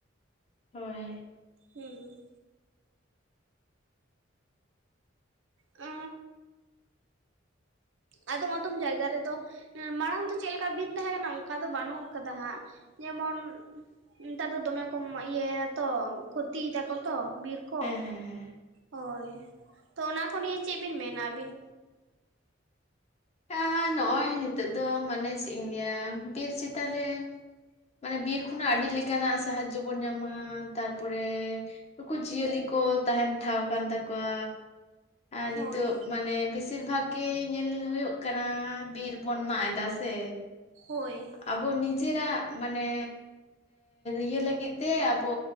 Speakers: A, on the left; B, on the right.
A: ᱦᱳᱭ
B: ᱦᱮᱸ ᱚ ᱟᱫᱚᱢ ᱟᱫᱚᱢ ᱡᱟᱭᱜᱟ ᱨᱮᱫᱚ ᱢᱟᱲᱟᱝ ᱫᱚ ᱪᱮᱫᱞᱮᱠᱟ ᱵᱤᱨ ᱛᱟᱦᱮᱸ ᱠᱟᱱᱟ ᱚᱱᱠᱟ ᱫᱚ ᱵᱟᱹᱱᱩᱜ ᱟᱠᱟᱫᱟ ᱦᱟᱸᱜ᱾ ᱡᱮᱢᱚᱱ ᱱᱮᱛᱟᱨ ᱫᱚ ᱫᱚᱢᱮ ᱠᱚ ᱤᱭᱟᱹ ᱫᱟᱛᱚ ᱠᱷᱚᱛᱤᱭ ᱫᱟᱠᱚ ᱛᱚ᱾ ᱵᱤᱨ ᱠᱚ
A: ᱦᱮᱸ ᱦᱮᱸ ᱦᱮᱸ
B: ᱦᱳᱭ ᱛᱚ ᱚᱱᱟᱠᱚ ᱱᱤᱭᱟᱹ ᱪᱮᱫ ᱵᱤᱱ ᱢᱮᱱᱟ ᱟᱹᱵᱤᱱ
A: ᱮ ᱱᱚᱜᱼᱚᱭ ᱱᱤᱛᱳ ᱫᱚ ᱢᱟᱱᱮ ᱪᱮᱫ ᱤᱧ ᱜᱮᱭᱟ ᱵᱤᱨ ᱪᱮᱛᱟᱱ ᱨᱮ ᱢᱟᱱᱮ ᱵᱤᱨ ᱠᱷᱚᱱᱟᱜ ᱟᱹᱰᱤ ᱞᱮᱠᱟᱱᱟᱜ ᱥᱟᱦᱟᱡᱡᱚ ᱵᱚᱱ ᱧᱟᱢᱟ ᱛᱟᱨᱯᱚ ᱨᱮ ᱱᱩᱠᱩ ᱡᱤᱭᱟᱹᱞᱤ ᱠᱚ ᱛᱟᱦᱮᱱ ᱴᱷᱟᱶ ᱠᱟᱱ ᱛᱟᱠᱚᱣᱟ ᱟᱨ
B: ᱦᱳᱭ
A: ᱱᱤᱛᱚᱜ ᱢᱟᱱᱮ ᱵᱮᱥᱤᱨ ᱵᱷᱟᱜᱽ ᱜᱮ ᱧᱮᱞ ᱦᱩᱭᱩᱜ ᱠᱟᱱᱟ ᱵᱤᱨ ᱵᱚᱱ ᱢᱟᱭᱫᱟ ᱥᱮ
B: ᱦᱳᱭ
A: ᱟᱵᱚ ᱱᱤᱡᱮᱨᱟᱜ ᱢᱟᱱᱮ ᱤᱭᱟᱹ ᱞᱟᱹᱜᱤᱫ ᱛᱮ ᱟᱵᱚ᱾